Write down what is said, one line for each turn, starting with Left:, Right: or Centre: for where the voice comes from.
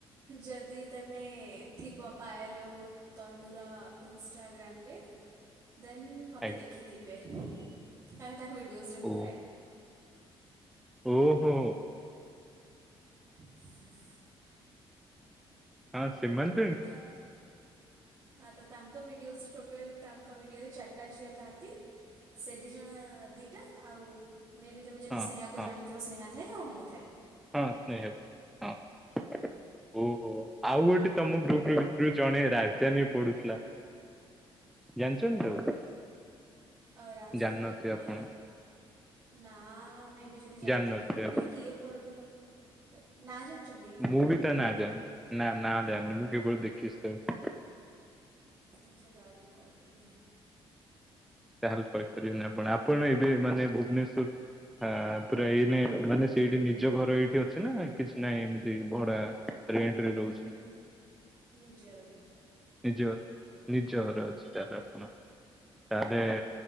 Right: ଯଦି ତମେ ଥିବ ପାଏଲ୍ ଆଉ ତନୁର ଇନଷ୍ଟାଗ୍ରାମ୍ ରେ ଦେନ୍ ମୋତେ
Centre: ଆଜ୍ଞା
Right: ଦେଖିଥିବେ କାହିଁ ନା ତାଙ୍କ ଭିଡିଓଜ୍ ରେ ମୁଁ
Centre: ଓ
Right: ଥାଏ।
Centre: ଓହୋ।
Right: <inaudible>
Centre: ଆ ସିମାନ୍
Right: ତାଙ୍କ୍ ଆ ତ ତାଙ୍କ ଭିଡ଼ିଓସ୍ <unintelligible> ଟୋଟାଲ୍ ତାଙ୍କ ଭିଡ଼ିଓରେ ଚାର୍ ଟା ଝିଅ ଥାଆନ୍ତି। ସେ ଦି ଜଣ ଆ ଦି ଟା ଆଉ ମେ ବି ତମେ ଯଦି
Centre: ହଁ
Right: ସ୍ନେହାକୁ
Centre: ହଁ
Right: ଜାଣିଥିବ ସ୍ନେହା ଥାଏ ଆଉ ମୁଁ ଥାଏ।
Centre: ହଁ ସ୍ନେହା ହଁ। ଓହୋ ଆଉ ଗୋଟେ ତମ ଗ୍ରୁପୁ ଭିତରୁ ଜଣେ ରାଜଧାନୀ ପଢ଼ୁଥିଲା ଜାନ୍ ଛନ୍ତି ତାକୁ?
Right: ଅ ରାଜଧାନୀ
Centre: ଜାଣିନଥିବେ
Right: ମାନେ
Centre: ଆପଣ
Right: ଏ-ଏ ନା ମେ ବି ଯଦି ଜାଣିଥିବି
Centre: ଜାଣିନଥିବେ ଆପଣ।
Right: ମାନେ କିଏ ପଡ଼ୁଥିଲା ନା ଜାଣିଛନ୍ତି କି?
Centre: ମୁଁ ବି ତା ନାଁ ଜାଣିନି ନା ନାଁ ଜାଣିନି ମୁଁ କେବଳ ଦେଖିଚି ତାକୁ।
Right: ଆଚ୍ଛା ତାଏଲେ ମୁଁ କଇପାରିବିନି।
Centre: ତାହେଲେ କହିପାରିବେନି ଆପଣ ଆପଣ ଏବେ ମାନେ ଭୁବନେଶ୍ଵର୍ ଆ ପୁରା ଏଇନେ ମାନେ ସେଇଠି ନିଜ ଘର ଏଇଠି ଅଛି ନା କିଛି ନାଇଁ ଏମିତି ଭଡା ରେଣ୍ଟ୍ ରେ ରହୁଛ୍
Right: ନି ନିଜର ନିଜର।
Centre: ନିଜ ନିଜ ଘରେ ଅଛି
Right: ହୁଁ
Centre: ତାହଲେ ଆପଣ ତାହେଲେ
Right: ଆଜ୍ଞା